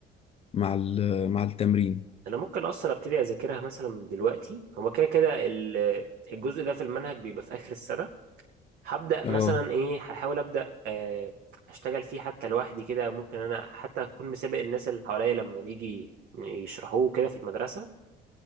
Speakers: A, on the left (about 35°); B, on the right (about 65°).
A: مع ال- مع التمرين
B: انا ممكن اصلا ابتدي اذاكرها مثلا من دلوقتي هو كده كده ال- الجزء ده في المنهج بيبقى في اخر السنه هبدا
A: اه
B: مثلا ايه هحاول ابدا آه، اشتغل فيه حتى لوحدي كده ممكن انا حتى اكون مسابق الناس اللي حواليا لما نيجي يشرحوه كده في المدرسه